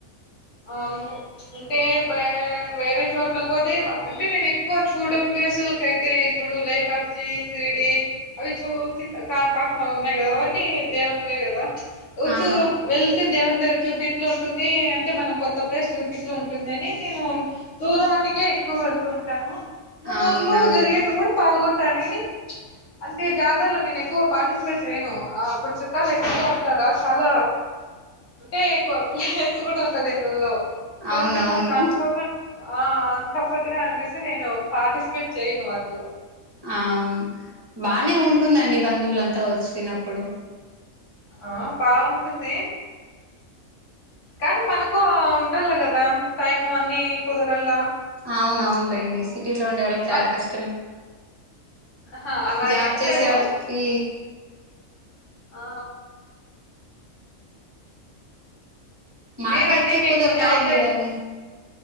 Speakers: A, on the left; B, on the right.
A: అవును అంటే బా వేరే చోట్లలకు పోతే అంటే నేను ఎక్కువ చూడ ప్లేసులకు అయితే ఇప్పుడు లేపాక్షి షిరిడీ అవి చూసి కాణిపాకం అవి ఉన్నాయి కదా అవన్నీ దేవునివే కదా వచ్చు
B: ఆ
A: వెళ్తే దేవుని దగ్గరి చూసిట్లు ఉంటుంది అంటే మనం కొత్త ప్లేస్ చూసిట్లు ఉంటుందిని నేను దూరానికే ఎక్కువ వెళ్తూ ఉంటాను మా
B: అవును
A: ఊర్లో
B: అవును
A: జరిగేటివి కూడా పాల్గొంటానుని అంటే జాతరలో నేను ఎక్కువ పార్టిసిపేట్ చేయను ఆ అప్పుడు చుట్టాలు ఎక్కువగా ఉంటారా చాలా అంటే ఎక్కువ ప్లేస్ కూడా ఉండదండి లో కొంచెం
B: అవునవును
A: మనకు కంట్రోల్లో ఆ అన్కంఫర్ట్ గా అనిపిస్తే నేను పార్టిసిపేట్ చెయ్యను వాటిలో
B: అ అవును బానే ఉంటుందండి బంధువులంతా వచ్చినప్పుడు
A: ఆ బాగుంటుంది కానీ మనకు ఉండాల కదా టైం అన్ని కుదరలా
B: అవునవును లేండి సిటీలో ఉండే వాళ్ళకి
A: మ
B: చాలా కష్టం
A: ఆహా అలా
B: జాబ్
A: ఏం
B: చేసే
A: లేదు
B: వాళకి
A: ఆ
B: మాకైతే
A: మీరండి మీకు
B: కుదురుతాయండి
A: జాబ్ చే
B: ఇవన్నీ